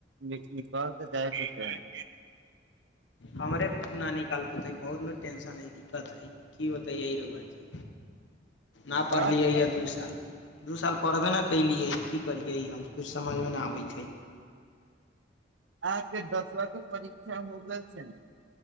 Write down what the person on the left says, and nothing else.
हमरे न निकाल पते बहुत न टेंशन हइ दिक्कत हइ की बतैये रौआ के ना
पढ़लियै य दू साल दू साल पढ़बे नइ कयलियै की करियै हम किछु समझमे नइ आबै छै